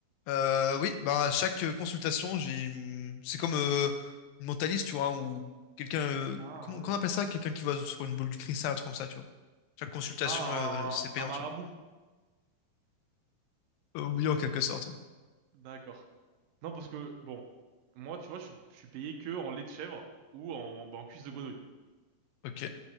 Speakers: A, on the left; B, on the right.
A: Euh, oui, bah, à chaque euh, consultation, j'ai une- c'est comme euh, une mentaliste, tu vois, ou quelqu'un euh,
B: Ah
A: comment,
B: ouais.
A: comment on appelle ça? Quelqu'un qui va sur une boule du cristal, un truc comme ça, tu vois. Chaque consultation,
B: Ah,
A: euh, c'est payant,
B: un un marabout.
A: tu vois. Euh, oui, en quelque sorte. oui.
B: D'accord. Non, parce que, bon, moi, tu vois, je, suis je suis payé que en lait de chèvre ou en, bah, en cuisse de grenouille.
A: Ok.